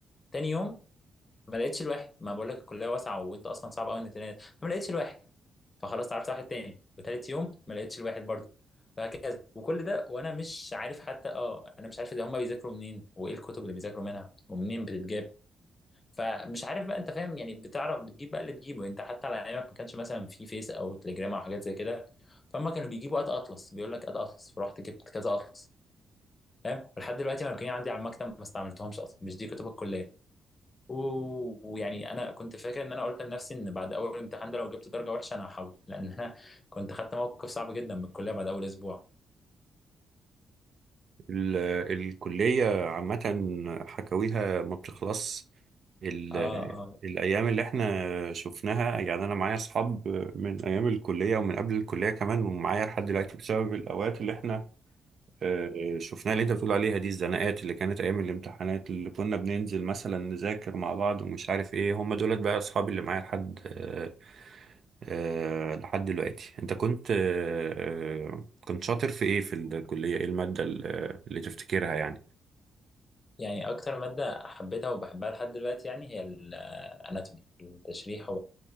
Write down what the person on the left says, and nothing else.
تاني يوم ما لقيتش الواحد ما بقول لك الكليه واسعه وانت اصلا صعب قوي انك تلاقي فما لقيتش الواحد فخلاص اتعرفت على واحد تاني وتالت يوم ما لقيتش الواحد برضه فهكذا وكل ده وانا مش عارف حتى اه انا مش عارف اذا هم بيذاكروا منين وايه الكتب اللي بيذاكروا منها ومنين بتتجاب فمش عارف بقى انت فاهم يعني بتعرف بتجيب بقى اللي تجيبه يعني انت حتى على ايامك ما كانش مثلا في فيس او تليجرام او حاجات زي كده فهم كانوا بيجيبوا قد اطلس بيقول لك قد اطلس فرحت جبت كذا اطلس فاهم ولحد دلوقتي انا كان عندي على المكتب ما استعملتهمش اصلا مش دي كتب الكليه و- ويعني انا كنت فاكر ان انا قلت لنفسي ان بعد اول امتحان ده لو جبت درجه وحشه انا هحول لان انا كنت خدت موقف صعب جدا من الكليه بعد اول اسبوع
اه اه
يعني اكتر ماده حبيتها وبحبها لحد دلوقتي يعني هي الاناتومي التشريح